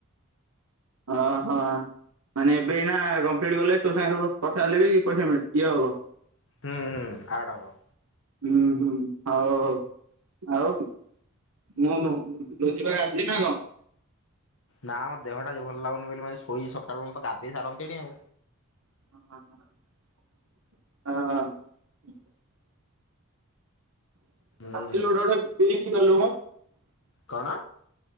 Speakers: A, on the right; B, on the left.
A: ଅ ହଁ ମାନେ ଏବେ ଏଇନା କମ୍ପ୍ଲିଟ କଲେ ବି ତୋ ସାଙ୍ଗରେ କଥା ହେଲେ ବି ପଇସା ମି ଇଏ ହବ!
B: ହୁଁ ହୁଁ ଆଡ୍ ହବ।
A: ହୁଁ ହୁଁ ହଉ ହଉ ଆଉ ମୁଁ <unintelligible> ଆଜି ନା କଣ?
B: ନା ମୋ ଦେହଟା ଆଜି ଭଲ ଲାଗୁନି ବୋଲି ମୁଁ ଆଜି ଶୋଇଚି ସକାଳୁ ନ ହେଲେ ତ ଗାଧେଇ ସାରନ୍ତିଣି ଆଉ।
A: ହ ହଁ। <unintelligible>
B: ହୁଁ
A: <unintelligible> ନୁହଁ।
B: କଣ?